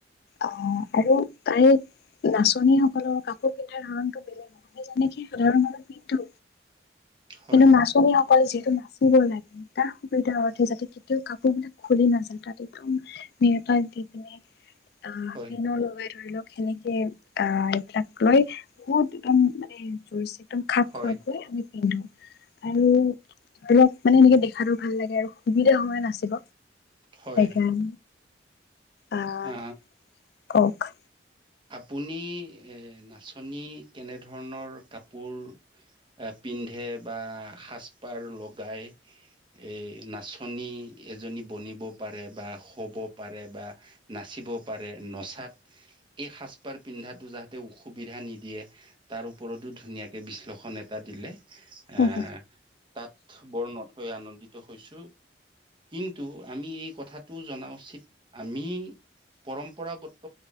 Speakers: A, on the left; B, on the right.
A: অ আৰু তাৰে নাচনী সকলৰ কাপোৰ পিন্ধাৰ কাৰণতটো বেলেগ নহয় যেনেকে সাধাৰণ মানুহ পিন্ধো
B: হয়
A: কিন্তু নাচনীসকলে যিহেতু নাচিব লাগে <unintelligible> যাতে কেতিয়াও কাপোৰ বিলাক খুলি নাযায় তাত একদম মেতাই দি পিনে অ
B: হয়
A: প <unintelligible> ধৰি লওক সেনেকে আহ এইবিলাক লৈ বহুত একদম মানে জ একদম খাপ
B: হয়
A: খোৱাকৈ আমি পিন্ধো আৰু ধৰক মানে এনেকে দেখাটো ভাল লাগে আৰু সুবিধা সময়ে নাচিব
B: হয়
A: এখন আহ
B: আ
A: কক
B: আপুনি এ নাচনী কেনেধৰণৰ কাপোৰ এ পিন্ধে বা সাজপাৰ লগাই এই নাচনী এজনী বনিব পাৰে বা শ'ব পাৰে বা নাচিব পাৰে নচাত এই সাজ পাৰ পিন্ধাটো যাতে উ। সুবিধা নিদিয়ে তাৰ ওপৰতো ধুনীয়াকৈ বিশ্লেষণ এটা দিলে।
A: হুম
B: এ তাত বৰ নথৈ আনন্দিত হৈছো। কিন্তু আমি এই কথাটো জনা উচিত আমি। পৰম্পৰাগত।